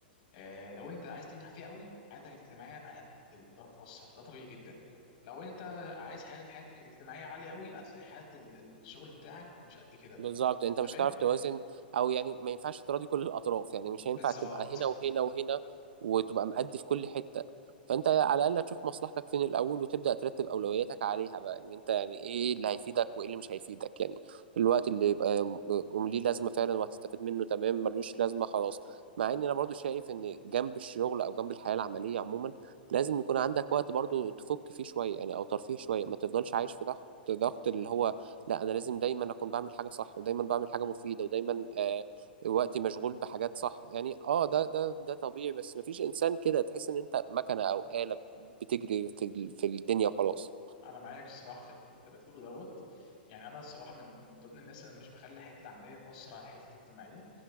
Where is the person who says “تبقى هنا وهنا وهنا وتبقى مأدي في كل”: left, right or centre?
Right